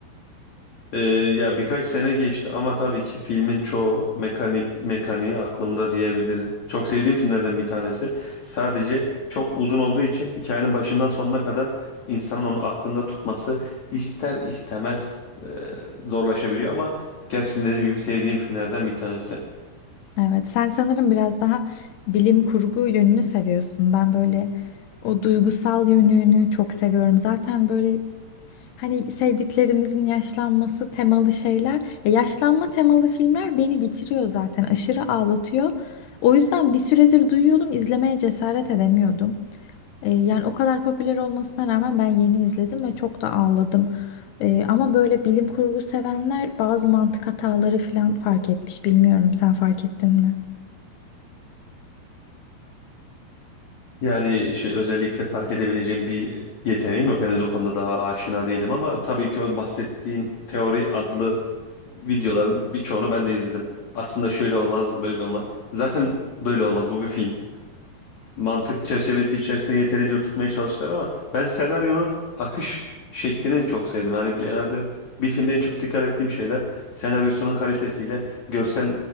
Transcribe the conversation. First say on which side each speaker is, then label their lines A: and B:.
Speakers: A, on the left (about 45°); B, on the left (about 70°).
A: Ee, ya birkaç sene geçti ama tabii ki filmin çoğu mekanik mekaniği aklımda diyebilirim. Çok sevdiğim filmlerden bir tanesi. Sadece çok uzun olduğu için hikayenin başından sonuna kadar insanın onu aklında tutması ister istemez e, zorlaşabiliyor ama gerçekten dediğim gibi sevdiğim filmlerden bir tanesi.
B: Evet, sen sanırım biraz daha bilim kurgu yönünü seviyorsun. Ben böyle o duygusal yönünü çok seviyorum. Zaten böyle hani sevdiklerimizin yaşlanması temalı şeyler, ya yaşlanma temalı filmler beni bitiriyor zaten. Aşırı ağlatıyor. O yüzden bir süredir duyuyordum, izlemeye cesaret edemiyordum. Ee, yani o kadar popüler olmasına rağmen ben yeni izledim ve çok da ağladım. Ee, ama böyle bilim kurgu sevenler bazı mantık hataları falan fark etmiş. Bilmiyorum, sen fark ettin mi?
A: Yani şey, özellikle fark edebileceğim bir yeteneğim yok. Henüz o konuda daha aşina değilim ama tabii ki o bahsettiğin teori adlı videoların birçoğunu ben de izledim. Aslında şöyle olmaz, böyle olmaz. Zaten böyle olmaz. Bu bir film mantık çerçevesi içerisinde yeterince oturtmaya çalıştılar ama ben senaryonun akış şeklini çok sevdim. Yani genelde bir filmde en çok dikkat ettiğim şeyler senaryosunun kalitesiyle görsel